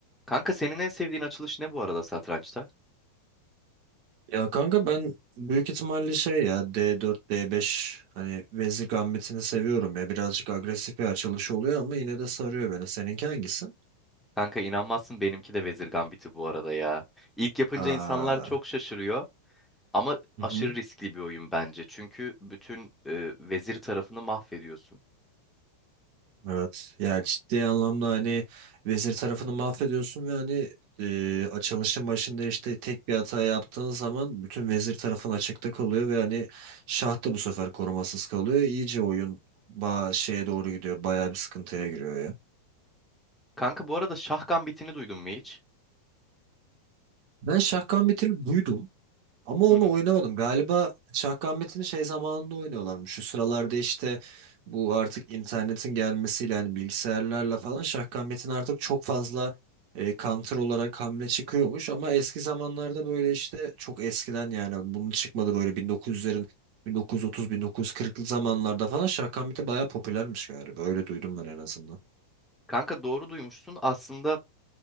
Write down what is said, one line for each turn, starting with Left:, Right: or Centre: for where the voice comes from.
Centre: Kanka senin en sevdiğin açılış ne bu arada satrançta?
Right: Ya kanka ben büyük ihtimalle şey ya D4, D5 hani Vezir Gambit'ini seviyorum ya. Birazcık agresif bir açılış oluyor ama yine de sarıyor beni. Seninki hangisi?
Centre: Kanka inanmazsın benimki de Vezir Gambit'i bu arada ya. İlk yapınca
Right: Aa,
Centre: insanlar çok şaşırıyor ama
Right: hı
Centre: aşırı
Right: hı,
Centre: riskli bir oyun bence. Çünkü bütün e, vezir tarafını mahvediyorsun.
Right: evet. Ya ciddi anlamda hani Vezir tarafını mahvediyorsun ve hani e, açılışın başında işte tek bir hata yaptığın zaman bütün Vezir tarafın açıkta kalıyor ve hani şah da bu sefer korumasız kalıyor. İyice oyun ba şeye doğru gidiyor. Bayağı bir sıkıntıya giriyor ya.
Centre: Kanka bu arada Şah Gambit'ini duydun mu hiç?
Right: Ben şah gambitini duydum. Ama
Centre: Hı
Right: onu
Centre: hı.
Right: oynamadım. Galiba Şahkamet'ini şey zamanında oynuyorlarmış. Şu sıralarda işte bu artık internetin gelmesiyle hani bilgisayarlarla falan Şahkamet'in artık çok fazla e, counter olarak hamle çıkıyormuş. Ama eski zamanlarda böyle işte çok eskiden yani bunun çıkmadı böyle 1900'lerin 1930-1940'lı zamanlarda falan Şahkamet'i bayağı popülermiş galiba. Öyle duydum ben en azından.
Centre: Kanka doğru duymuşsun. Aslında